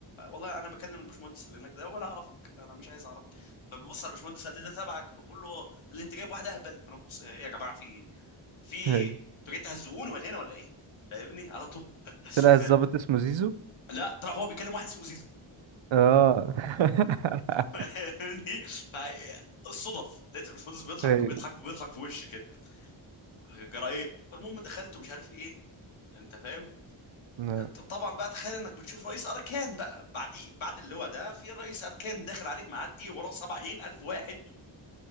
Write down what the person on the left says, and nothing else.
والله انا بكلم الباشمهندس اللي هناك ده ولا اعرفك انا مش عايز اعرفك فبيبص على الباشمهندس قال لي ده تبعك فبقول له اه قال لي انت جايب واحده اهبل انا ببص ايه يا جماعه في ايه في ايه
انتوا جايين تهزقوني ولا هنا ولا ايه فاهمني على طول <laughs>
ف-
لا طلع هو بيكلم واحد اسمه زيزو
فاهمني فالصدف لقيت الباشمهندس بيضحك
بيضحك بيضحك في وشي كده جرى ايه فالمهم دخلت ومش عارف ايه انت فاهم
انت طبعا بقى تخيل انك بتشوف رئيس اركان بقى بعديه بعد اللواء ده في رئيس اركان داخل عليك معدي وراه 70 الف واحد و...